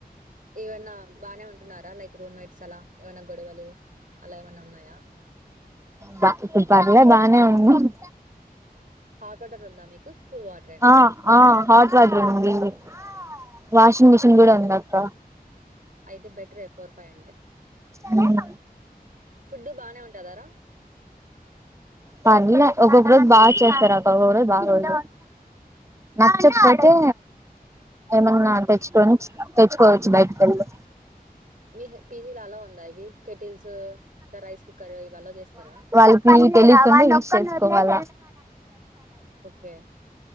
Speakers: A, on the right; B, on the right.
A: ఏవన్నా బానే ఉన్ ఉన్నార లైక్ రూమ్మేట్స్ అలా ఏవైనా గొడవలు అలా ఏమన్న ఉన్నాయా
B: బా ఇప్పుడ్ పర్లే బానే ఉన్నారు
A: హాట్ వాటర్ ఉందా మీకు కూల్ వాటరేనా
B: ఆ ఆ హాట్ వాటర్ వుంది వాషింగ్ మిషిన్ గుడ ఉందక్క
A: అయితే బెటరే ఫోర్ ఫైవ్
B: హ్మ్
A: ఫుడ్డూ బానే ఉంటద రా
B: పర్లే ఒక్కొక్క రోజు బా చేస్తారు అక్క ఒక్కొక్క రోజు బాగోదు నచ్చక్పోతే ఏమైన్నా తెచ్చుకొని తెచ్చుకోవచ్చు బయటికెళ్ళి
A: మీహ్ పీజీ లో అలౌవుందా ఇవి కెటిల్స్ ఇంకా రైస్ కుక్కర్ ఇవి అలౌ చేస్తర
B: ఇప్పుడు తెలీకుండా యూస్ చేస్కోవాల
A: ఓకే